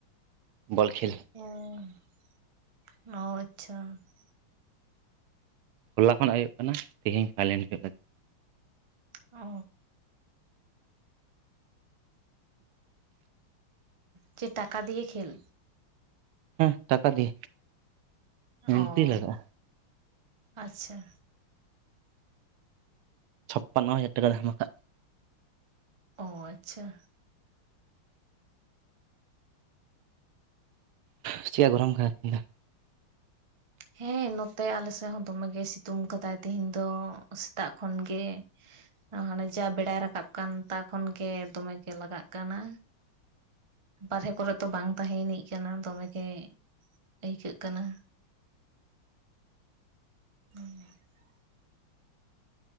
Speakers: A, on the right (about 85°); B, on the right (about 50°).
A: ᱵᱚᱞ ᱠᱷᱮᱞ᱾
B: ᱚᱻ ᱚ ᱟᱪᱪᱷᱟ᱾
A: ᱦᱚᱞᱟ ᱠᱷᱚᱱᱟᱜ ᱦᱩᱭᱩᱜ ᱠᱟᱱᱟ ᱛᱮᱦᱤᱧ ᱯᱷᱟᱭᱞᱮᱱᱰ ᱦᱩᱭᱩᱜ ᱞᱟᱹᱜᱤᱫ᱾
B: ᱚᱻ ᱪᱮᱫ ᱴᱟᱠᱟ ᱫᱤᱭᱮ ᱠᱷᱮᱞ?
A: ᱦᱮᱸ ᱴᱟᱠᱟ ᱫᱤᱭᱮ᱾
B: ᱚᱸᱻ
A: ᱮᱱᱴᱨᱤ ᱞᱟᱜᱟᱜᱼᱟ
B: ᱟᱪᱪᱷᱟ
A: ᱪᱷᱟᱯᱯᱟᱱᱱᱚ ᱦᱟᱡᱟᱨ ᱴᱟᱠᱟ ᱫᱷᱟᱢᱟᱠᱟ᱾
B: ᱚ ᱟᱪᱪᱷᱟ᱾
A: ᱪᱮᱫ ᱭᱟ ᱜᱚᱨᱚᱢ ᱠᱟᱱᱟ ᱛᱮᱦᱤᱧ ᱫᱚ <inaudible>
B: ᱦᱮᱸ ᱱᱚᱛᱮ ᱟᱞᱮ ᱥᱮᱫ ᱦᱚᱸ ᱫᱚᱢᱮ ᱜᱮ ᱥᱤᱛᱩᱝ ᱠᱟᱫᱟᱭ ᱛᱮᱦᱮᱧ ᱫᱚ ᱥᱮᱛᱟᱜ ᱠᱷᱚᱱ ᱜᱮ ᱦᱟᱱᱮ ᱡᱟ ᱵᱮᱲᱟᱭ ᱨᱟᱠᱟᱵ ᱠᱟᱱ ᱛᱟ ᱠᱷᱚᱱ ᱜᱮ ᱫᱚᱢᱮ ᱜᱮ ᱞᱟᱜᱟᱜ ᱠᱟᱱᱟ ᱵᱟᱨᱦᱮ ᱠᱚᱨᱮ ᱫᱚ ᱵᱟᱝ ᱛᱟᱦᱮᱭᱟᱱᱤᱡ ᱠᱟᱱᱟ ᱫᱚᱢᱮᱜ ᱜᱮ ᱟᱹᱭᱠᱟᱹᱜ ᱠᱟᱱᱟ᱾ ᱦᱩᱸ <unintelligible>